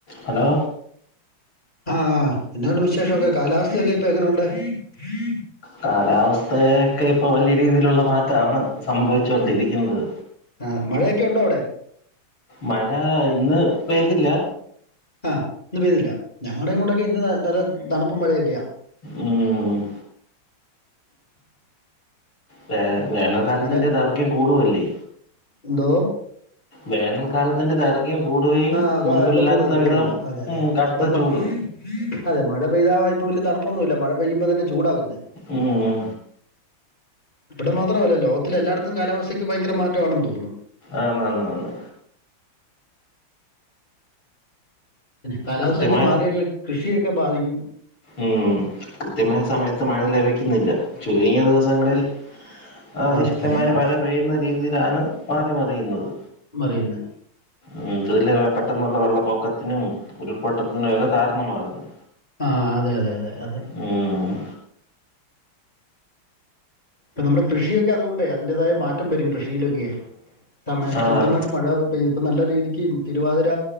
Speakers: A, on the left (about 85°); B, on the left (about 20°).
A: Hello
B: ആ എന്നാഉണ്ട് വിശേഷോക്കെ കാലാവസ്ഥയൊക്കെ ഇപ്പൊ എങ്ങനെയുണ്ട്? <inaudible>
A: കാലാവസ്ഥയൊക്കെ ഇപ്പൊ വലിയ രീതിയിലുള്ള മാറ്റമാണ് സംഭവിച്ചു കൊണ്ടിരിക്കുന്നത്.
B: ഏ, ആ മഴയൊക്കെ ഉണ്ടോ അവിടെ?
A: മഴ ഇന്ന് പെയ്തില്ലാ
B: ആ ഇന്ന് പെയ്തില്ല ഞങ്ങളുടെ ഇങ്ങോട്ടൊക്കെ ഇന്ന് നല്ല തണുപ്പും മഴയൊക്കെയാ
A: ഉം വേ വേനൽ കാലത്തിന്റെ
B: ഇങ്ങനെ
A: ദൈർക്ക്യം കൂടുവല്ലേ
B: എന്തോ
A: വേനൽക്കാലത്തിന്റെ ദൈർഘ്യം കൂടുകയും
B: ആ
A: മുൻപില്ലാത്ത
B: ആ, ഇപ്പൊ കൂടുതൽ കൂടുതലാ
A: വിധം
B: അതെ അതെ
A: ഉം കടുത്ത
B: ഇപ്പം മ-
A: ചൂടും
B: അതെ മഴ പെയ്താ ഇപ്പൊ വലിയ തണുപ്പൊന്നുമില്ല മഴ പെയ്യുമ്പോ തന്നെ ചൂടാ വരുന്നേ
A: ഉം,
B: ഇവിടെ മാത്രല്ല ലോകത്തില എല്ലായിടത്തും കാലാവസ്ഥയ്ക്ക് ഭയങ്കര മാറ്റമാണ് തോന്നുന്നു
A: ആന്ന് ആന്ന് ആന്ന്
B: കാലാവസ്ഥയൊക്കെ
A: കൃത്യമായ
B: മാറിയ കൃഷിയൊക്കെ ബാധിക്കും
A: ഉം കൃത്യമായ സമയത്ത് മഴ ലഭിക്കുന്നില്ല ചുരുങ്ങിയ ദിവസങ്ങളിൽ അതിശക്തമായ
B: ആ ആ ആ
A: മഴ പെയ്യുന്ന രീതിയിലാണ് മാറി മറിയുന്നത്
B: മറിയ്ന്ന
A: ഉം അതുവല്ല പെട്ടെന്നുള്ള വെള്ളപ്പൊക്കത്തിനും ഉരുൾപൊട്ടത്തിനും ഒക്കെ കാരണമാകുന്നു
B: ആ അതെയതെ അതെ അതെ
A: ഉം
B: ഇപ്പ നമ്മളെ കൃഷിയൊക്കെ അതുകൊണ്ട് അതിന്റതായ മാറ്റം വരും കൃഷിയിലൊക്കെ തമേ
A: ആഹ്
B: കൃത്യമായിട്ട് മഴ പെയ്തു ഇപ്പ നല്ല രീതിക്ക് തിരുവാതിര